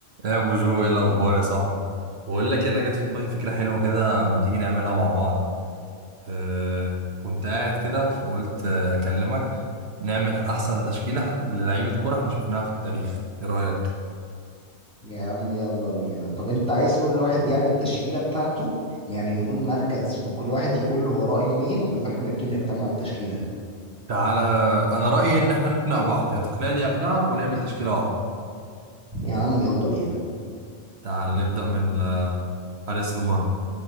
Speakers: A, on the right (about 70°); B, in the centre.
A: يا ابو جو ايه الاخبار يا صاحبي بقول لك انا جت في دماغي فكره حلوه كده ما تيجي نعملها مع بعض أه كنت قاعد كده فقلت آه، اكلمك نعمل احسن تشكيله للعيبه كوره احنا شفناها في التاريخ ايه رايك
B: يا عم يلا بينا طب انت عايز كل واحد يعمل تشكيلة بتاعته يعني نقول مركز وكل واحد يقول هو رأيه مين ولا احنا الاتنين نجتمع على تشكيلة
A: تعالى انا رايي ان احنا نقنع بعض يا تقنعني يا اقنعك ونعمل تشكيله واحده
B: يا عم يلا بينا
A: تعال نبدا من آه، حارس المرمى